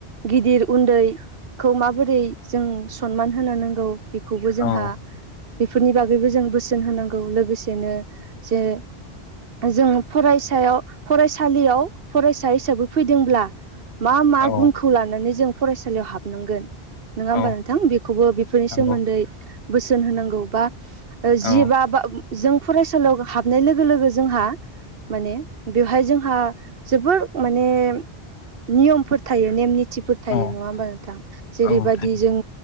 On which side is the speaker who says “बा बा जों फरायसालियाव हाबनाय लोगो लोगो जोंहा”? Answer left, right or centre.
Right